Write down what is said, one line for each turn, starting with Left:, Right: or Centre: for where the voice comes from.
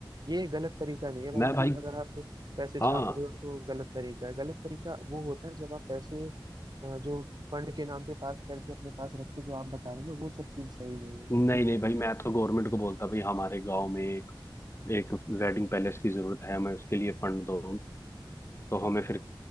Right: ये गलत तरीका नहीं है भाई
Left: मैं
Right: कि
Left: भाई
Right: अगर आप पैसे छाप
Left: हाँ
Right: रहे हो तो गलत तरीका है गलत तरीका वो होता है जब आप पैसे अ, जो फंड के नाम पे पास करके अपने पास रखते हो, जो आप बता रहे हो ना वो सब चीज सही नहीं है
Left: नहीं नहीं भाई मैं तो गवर्नमेंट को बोलता भाई हमारे गाँव में एक एक वेडिंग पैलेस की जरूरत है हमें उसके लिए फंड दो तो हमें फिर